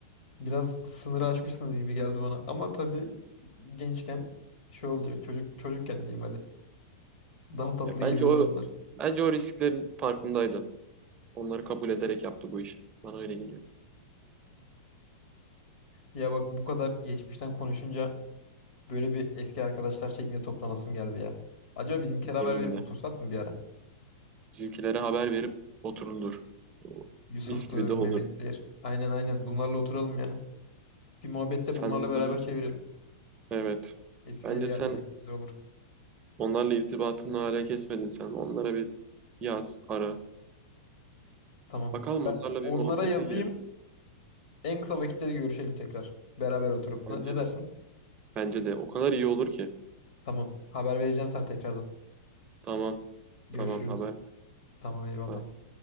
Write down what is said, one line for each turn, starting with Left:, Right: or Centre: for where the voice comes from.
Left: Biraz sınırı aşmışsınız
Right: Biz
Left: gibi geldi bana. Ama tabii gençken şey oluyor. Çocuk çocukken diyeyim hadi. Daha tatlı
Right: ya bence
Left: geliyor
Right: o
Left: o anlar.
Right: bence o risklerin farkındaydı. Onları kabul ederek yaptı bu işi. Bana öyle geliyor.
Left: Ya bak bu kadar geçmişten konuşunca böyle bir eski arkadaşlar şeklinde toplanasım geldi ya. Acaba bizimkiler haber
Right: Benim
Left: verip
Right: de.
Left: otursak mı bir ara?
Right: Bizimkilere haber verip oturulur.
Left: Yusuf'tur,
Right: Mis gibi de
Left: Mehmet'tir.
Right: olur.
Left: Aynen aynen. Bunlarla oturalım ya. Bir muhabbet
Right: Sen
Left: de bunlarla
Right: onların
Left: beraber çevirelim.
Right: evet.
Left: Eskileri
Right: Bence
Left: yad
Right: sen
Left: edelim. Güzel olur.
Right: onlarla irtibatını hala kesmedin sen. Onlara bir yaz, ara.
Left: Tamam.
Right: Bakalım onlarla
Left: Onlara
Right: bir muhabbete
Left: yazayım.
Right: girelim.
Left: En kısa vakitte görüşelim tekrar. Beraber oturup.
Right: Bence
Left: Ne ne dersin?
Right: de. Bence de. O kadar iyi olur ki.
Left: Tamam. Haber vereceğim sana tekrardan.
Right: Tamam.
Left: Görüşürüz.
Right: Tamam haber.
Left: Tamam eyvallah.
Right: ver.